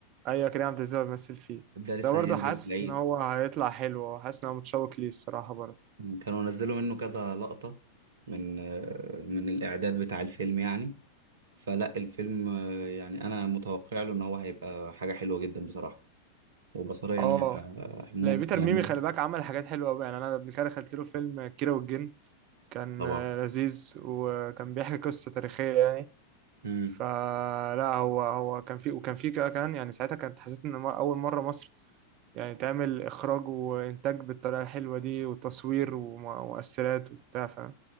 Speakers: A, on the right; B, on the right.
A: ايوه كريم عبد العزيز هو بيمثل فيه
B: ده لسه
A: ده برضه
B: هينزل
A: حاسس
B: في العيد
A: ان هو هيطلع حلو آه، حاسس ان انا متشوق ليه الصراحه برضه
B: كانوا نزلوا منه كذا لقطه من آه من الاعداد بتاع الفيلم يعني فلا الفيلم آه، يعني انا متوقع له ان هو هيبقى حاجه حلوه جدا بصراحه وبصريا
A: اه
B: انا هيبقى آه، مب...
A: لا بيتر
B: يعني
A: ميمي
B: مب...
A: خلي بالك عمل حاجات حلوه قوي يعني انا قبل كده دخلت له فيلم كيرة والجن كان
B: طبعا
A: آه، لذيذ وكان بيحكي قصه تاريخيه يعني
B: امم
A: فلا هو هو كان في وكان في كده كمان يعني ساعتها كانت حسيت ان م- اول مره مصر يعني تعمل اخراج وانتاج بالطريقه الحلوه دي وتصوير وم- ومؤثرات وبتاع فاهم